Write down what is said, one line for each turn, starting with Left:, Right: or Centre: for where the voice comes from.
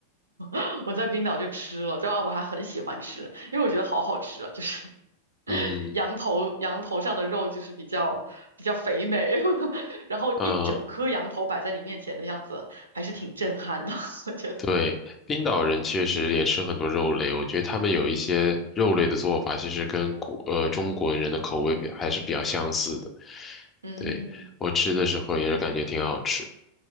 Right: <laughs> 我在冰岛就吃了，主要我还很喜欢吃，因为我觉得好好吃啊，就是 <laughs>
Left: 嗯。
Right: 羊头羊头上的肉就是比较比较肥美，<laughs> 然后一整颗羊头摆在你面前的样子，
Left: 嗯，
Right: 还是挺震撼的，<laughs> 我觉得。
Left: 对，冰岛人确实也吃很多肉类，我觉得他们有一些肉类的做法，其实跟国呃中国人的口味比还是比较相似的。
Right: 嗯
Left: 对，我吃的时候也是感觉挺好吃。